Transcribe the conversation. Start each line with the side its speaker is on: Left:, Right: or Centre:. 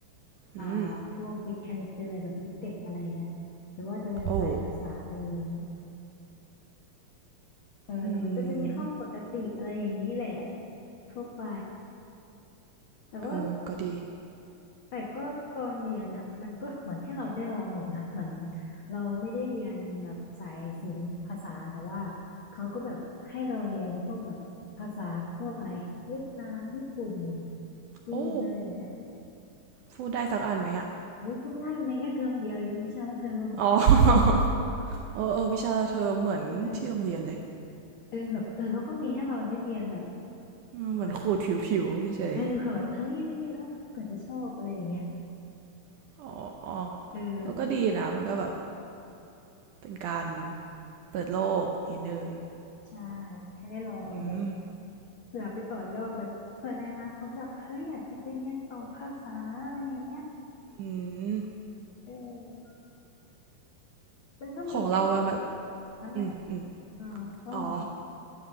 Left: อ่าพวกวิทย์คณิตไปเลยแบบยิปเต็ดอะไรเงี้ยหรือว่าจะเป็นสายภาษาไปเลยอย่างเงี้ย
Right: อืมโอ้
Left: เออแล้วมันก็จะมีห้องปกติอะไรอย่างนี้แหละ
Right: อืม
Left: ทั่วไปแต่ว่า
Right: เออก็ดี
Left: แต่ก็ตอนเรียนอ่ะมันก็เหมือนให้เราได้ลองหมดนะเหมือนเราไม่ได้เรียนแบบสายศิลป์ภาษาแต่ว่าเขาก็แบบให้เราเรียนพวกแบบภาษาพวกอะไรเวียดนามญี่ปุ่นจีนอะไรอย่างเงี้ย
Right: โอ้พูดได้สักอันไหมอ่ะ
Left: อุ้ยพูดไม่ได้มันเรียนแค่เทอมเดียวเองวิชาละเทอม
Right: อ๋อ <laughs> เออเออวิชาเธอเหมือนที่โรงเรียนเลย
Left: เออเออแบบเออเขาก็มีให้เราได้เรียนแบบ
Right: อืมเหมือนขูดผิวๆเฉย
Left: เราจะเออเผื่อแบบเฮ้ยได้เรียนแล้วเผื่อจะชอบอะไรอย่างเงี้ย
Right: ๆอ๋อ
Left: เออมัน
Right: เออก็ดีนะมันก็แบบเป็นการเปิดโลกนิดนึง
Left: ใช่ให้ได้ลองเรียนอย่างเงี้ย
Right: อืม
Left: เผื่อไปต่อยอดแบบเผื่อในอนาคตแบบเฮ้ยอยากจะไปเรียนต่อภาษาอะไรอย่างเงี้ย
Right: อืม
Left: เออมันก็มีแค่
Right: ของเรามันแบบ
Left: นั้นแหละ
Right: อืมอืม
Left: อืมก็ของถิง
Right: อ๋อ